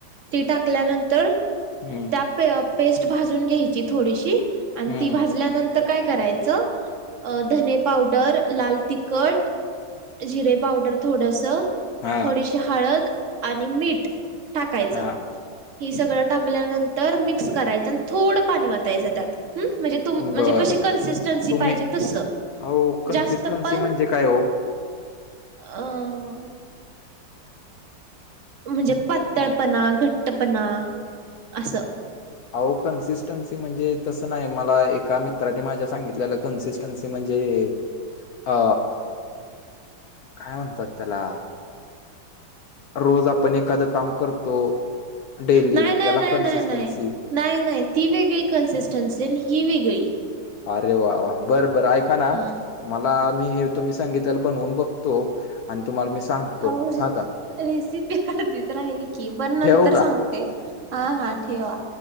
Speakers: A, on the right; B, on the left.
A: ती टाकल्यानंतर
B: हम्म
A: ून घ्या थो तल्यानंतर
B: हम्म
A: तर काय करायचं धने पावडर लाल तिखट जिरे पावडर थोडस
B: हा
A: थोडीशी हळद आणि मीठ टाकायचं
B: हा
A: हि सगळं टाकल्यानंतर मिक्स करायचं आणि थोडं पाणी वातायचं त्यात् म्हणजे म्हणजे
B: बरं
A: कशी कन्सिस्टन्सी
B: तुम्ही
A: पाहिजे तस
B: अहो कन्सिस्टन्सी
A: जास्त पण
B: म्हणजे काय हो
A: अं म्हणजे पातळपणा घट्टपणा असं
B: अह कन्सिस्टन्सी म्हणजे तसं नाही मला एका मित्राने माझ्या सांगित कन्सि त्यांचे म्हणजे अ काय म्हणतात त्याला रोज आपण एखादं काम करतो डेली
A: नाही नाही
B: त्याला
A: नाही
B: कन्सिस्टन्सी
A: नाही नाही. नाही नाही ती वेगळी कन्सिस्टन्सी आहे ही वेगळी
B: अरे वा वा बरं बर ऐका ना
A: हा
B: मला मी हे तुम्ही सांगितल्याला बनवून बघतो आणि तुम्हाला मी सांगतो
A: अह
B: हा का
A: रेसिपी हडतीच राहिली की बर नंतर
B: ठेवू का
A: सांगते हा हा ठेवा